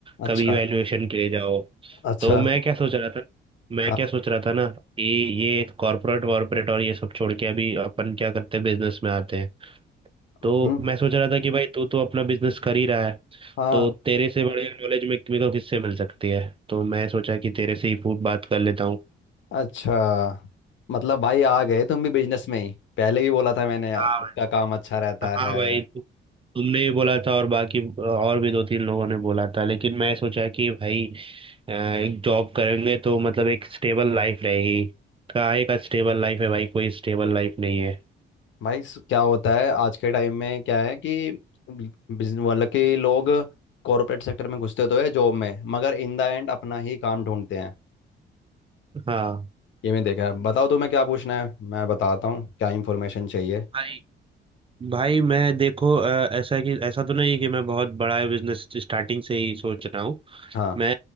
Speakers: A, on the left; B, on the right.
A: अच्छा
B: कभी इवैल्यूएशन के लिए जाओ
A: अच्छा
B: तो मैं क्या सोच रहा था मैं
A: हाँ
B: क्या सोच रहा था ना कि ये कॉर्पोरेट वॉर्पोरेट और ये सब छोड़ के अभी अपन क्या करते हैं बिजनेस में आते हैं
A: हम्म
B: तो मैं सोच रहा था कि भाई तू तो अपना बिजनेस कर ही रहा है
A: हाँ
B: तो तेरे से बढ़िया नॉलेज में मेरे को किससे मिल सकती है तो मैं सोचा कि तेरे से ही पूछ बात कर लेता हूँ
A: अच्छा मतलब भाई आ गए तुम भी बिजनेस में ही पहले ही बोला था मैंने यार,
B: हाँ
A: खुद
B: भाई
A: का काम अच्छा रहता
B: हाँ
A: है
B: भाई तु, तुमने भी बोला था और बाकी और भी दो तीन लोगों ने बोला था लेकिन मैं सोचा कि भाई अ, एक जॉब करेंगे तो मतलब एक स्टेबल लाइफ रहेगी कहाँ एक स्टेबल लाइफ है भाई कोई स्टेबल लाइफ नहीं है
A: भाई स- क्या होता है आज के टाइम में क्या है कि बिजनेस मतलब कि लोग कॉरपोरेट सेक्टर में घुसते तो है जॉब में मगर इन द एंड अपना ही काम ढूंढते हैं
B: हाँ
A: ये मैं देखा है बताओ तुम्हें क्या पूछना है मैं बताता हूँ क्या इंफॉर्मेशन चाहिए
B: भाई भाई मैं देखो अ, ऐसा कि ऐसा तो नहीं है कि मैं बहुत बड़ा बिजनेस स्टार्टिंग से ही सोच रहा हूँ
A: हाँ
B: मैं